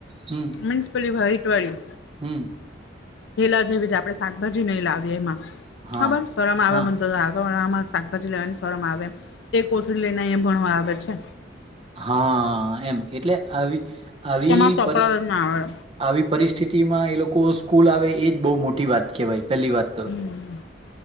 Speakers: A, on the right; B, on the left.
A: હમ્મ.
B: મિન્સ પેલી વાઈટ વાળી
A: હમ્મ.
B: થેલા જેવી જ આપણે શાકભાજી નહીં લાવીએ, એમાં
A: હા
B: ખબર શરમ આવે
A: હા
B: મને તો <unintelligible> શાકભાજી લેવાની શરમ આવે, એ કોથળી લઈને એ ભણવા આવે છે.
A: હા, એમ એટલે આવી આવી
B: તેમાં કપડા જ ના આવે
A: આવી પરિસ્થિતિમાં એ લોકો સ્કૂલ આવે એ જ બહુ મોટી વાત છે કેવાઈ, પહેલી વાત તો.
B: હમ્મ